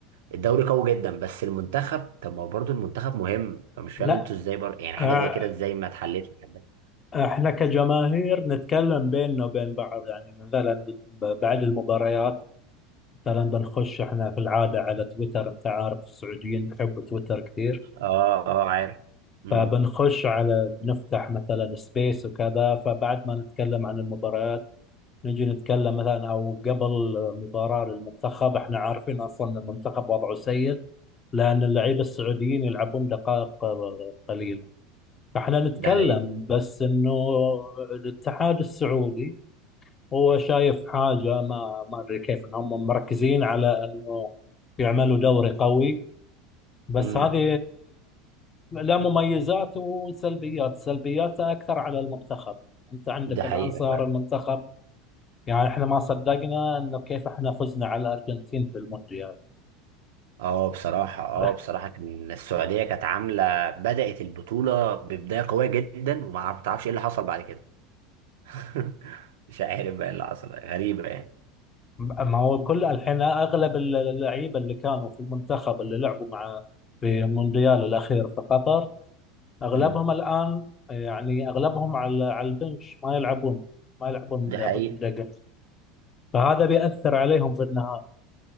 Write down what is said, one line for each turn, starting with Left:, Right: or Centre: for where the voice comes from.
Right: الدوري قوي جدا بس المنتخب طب ما هو برضه المنتخب مهم فمش
Left: لا
Right: فاهم انتوا ازاي برضه يعني
Left: اه،
Right: حاجة زي كده ازاي ما اتحلتش لحد دلوقتي؟
Left: احنا كجماهير نتكلم بيننا وبين بعض يعني مثلا ب- ب- بعد المباريات مثلا بنخش احنا في العادة على تويتر انت عارف السعوديين بيحبوا تويتر كثير
Right: اه اه عارف امم
Left: فبنخش على بنفتح مثلا سبيس وكذا فبعد ما نتكلم عن المباريات نجي نتكلم مثلا او قبل مباراة للمنتخب احنا عارفين اصلا المنتخب وضعه سيء لان اللعيبة السعوديين يلعبون دقائق قليلة فاحنا نتكلم
Right: ده حقيقة
Left: بس انه الاتحاد السعودي هو شايف حاجة ما ما ادري كيف انهم مركزين على انه يعملوا دوري قوي بس
Right: امم
Left: هذه لا مميزات وسلبيات سلبياتها اكثر على المنتخب انت عندك
Right: ده حقيقة
Left: الان صار
Right: فعلا
Left: المنتخب يعني احنا ما صدقنا انه كيف احنا فزنا على الارجنتين في المونديال
Right: اه بصراحة اه
Left: <laughs>
Right: بصراحة كان السعودية كانت عاملة بدأت البطولة ببداية قوية جدا وما تعرفش ايه اللي حصل بعد كده <laughs> مش عارف بقى ايه اللي حصل غريبة يعني
Left: ما هو كل الحين اغلب اللعيبه اللي كانوا في المنتخب اللي لعبوا مع في المونديال الاخير في قطر اغلبهم
Right: امم
Left: الان يعني اغلبهم على على البنش ما يلعبون ما يلعبون
Right: ده حقيقة
Left: دقه فهذا بيأثر عليهم في النهايه